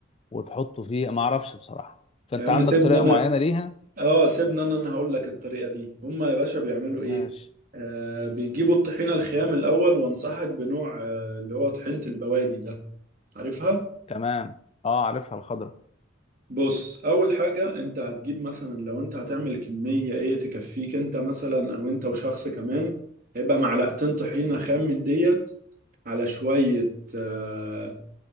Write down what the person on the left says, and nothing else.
وتحطه فيه ما اعرفش بصراحه فانت
عندك
طريقه
معينه ليها
ماشي
تمام اه عارفها الخضره